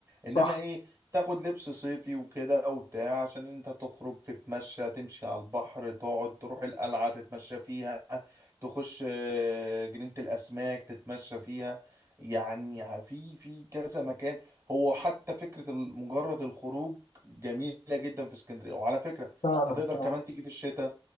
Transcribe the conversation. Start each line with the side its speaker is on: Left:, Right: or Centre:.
Left: صح
Right: انما ايه تاخد لبس صيفي وكده وبتاع عشان انت تخرج تتمشى تمشي على البحر تقعد تروح القلعة تتمشى فيها تخش آه، جنينة الاسماك تتمشى فيها يعني في في كذا مكان هو حتى فكرة ال- مجرد الخروج جميله جدا في اسكندريه وعلى فكره
Left: فعلا
Right: انت تقدر
Left: فعلا
Right: كمان تيجي في الشتاء